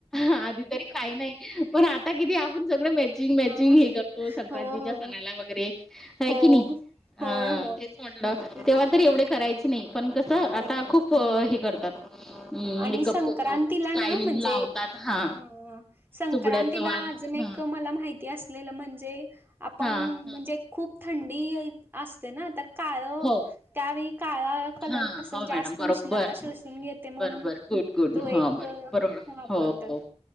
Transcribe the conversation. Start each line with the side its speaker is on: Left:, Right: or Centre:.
Centre: आधी तरी काही नाही पण आता किती आपण सगळे म मॅचिंग, मॅचिंग
Right: हो
Centre: हे करतो संक्रांतीच्या
Right: हो हो
Centre: सणाला वगैरे हाय
Right: हो
Centre: कि नाही. हा
Right: होय होय
Centre: तेच म्हटलं
Right: ते
Centre: तेव्हा तर एवढे करायचे. पण कस आता
Right: हो
Centre: खूप हे करतात. हम्म,
Right: आणि
Centre: मेकअप
Right: संक्रांतीला
Centre: करू स्टाईलिंग
Right: ना म्हणजे
Centre: लावतात हा.
Right: हं, संक्रांतीला
Centre: सुगड्याचं वाण
Right: अजून एक
Centre: हा
Right: मला माहिती असलेलं म्हणजे आपण
Centre: हा हा
Right: म्हणजे खूप थंडी असते ना तर काळं
Centre: हो
Right: त्यावेळी काळा कलर
Centre: हा
Right: कस
Centre: हो
Right: जास्त
Centre: मॅडम बरोबर
Right: उष्णता शसून घेत म्हणून
Centre: बरोबर गुड गुड
Right: तो एक
Centre: हा बरोबर बरोबर
Right: वापरतात.
Centre: हो हो